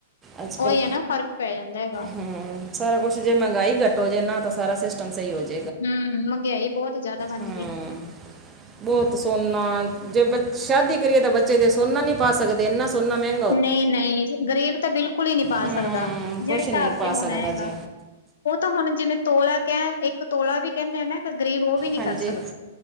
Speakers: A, on the right; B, on the left.
A: ਅੱਜ ਕੱਲ
B: ਉਹੀ ਹੈ ਨਾ ਫ਼ਰਕ ਪੈ ਜਾਂਦਾ ਹੈਗਾ।
A: ਹਮ ਸਾਰਾ ਕੁਛ ਜੇ ਮਹਿੰਗਾਈ ਘੱਟ ਜੇ ਨਾ ਤਾਂ ਸਾਰਾ ਸਿਸਟਮ ਸਹੀ ਹੋ ਜਾਏ।
B: ਹੂੰ-ਹੂੰ ਮਹਿੰਗਾਈ ਬਹੁਤ ਜਿਆਦਾ ਬਣ
A: ਹਮ
B: ਗਈ।
A: ਬਹੁਤ ਸੋਨਾ ਜੇ ਬ ਸ਼ਾਦੀ ਕਰੀਏ ਤਾਂ ਬੱਚੇ ਦੇ ਸੋਨਾ ਨਹੀਂ ਪਾ ਸਕਦੇ ਇੰਨਾ ਸੋਨਾ ਮੈਂ
B: ਨਹੀਂ-ਨਹੀਂ ਗ਼ਰੀਬ ਤਾਂ ਬਿਲਕੁਲ ਹੀ ਨਹੀਂ ਪਾ
A: ਹਮ
B: ਸਕਦਾ ਜਿਹੜੇ
A: ਕੁਝ
B: ਹਿਸਾਬ
A: ਨਹੀਂ ਪਾ
B: ਤੇ ਹੁਣ
A: ਸਕਦਾ
B: ਹੈਗਾ।
A: ਜੀ
B: ਉਹ ਤਾਂ ਹੁਣ ਜਿਵੇਂ ਤੋਲਾ ਕਹਿ ਇੱਕ ਤੋਲਾ ਵੀ ਕਹਿੰਦੇ ਆ ਨਾ ਗਰੀਬ ਉਹ ਵੀ ਨਹੀਂ
A: ਹਾਂਜੀ,
B: ਕਰ ਸਕਦਾ।